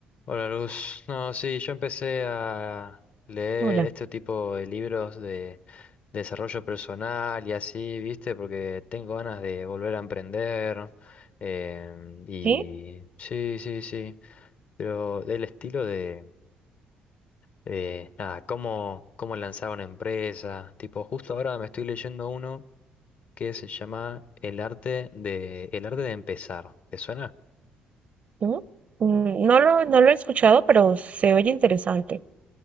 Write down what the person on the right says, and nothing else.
Hola,
¿sí?
¿No? Mm, no lo, no lo he escuchado, pero se oye interesante.